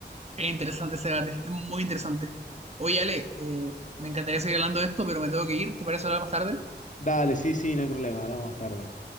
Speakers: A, on the right; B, on the left.
A: Es interesante ese debate, es muy interesante. Oye, Ale, eh, me encantaría seguir hablando de esto, pero me tengo que ir. ¿Te parece hablar más tarde?
B: Dale, sí, sí, no hay problema, hablamos más tarde.